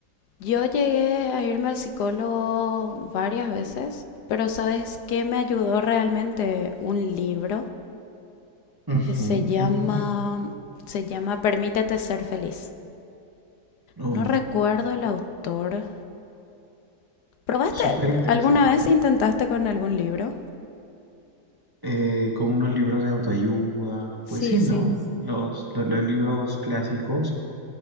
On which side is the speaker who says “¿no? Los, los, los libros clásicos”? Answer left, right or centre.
Right